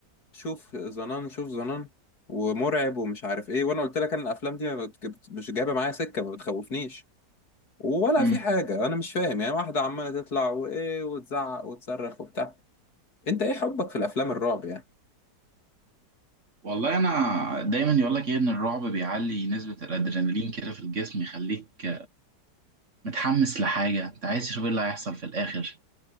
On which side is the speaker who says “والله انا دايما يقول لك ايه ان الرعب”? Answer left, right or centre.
Right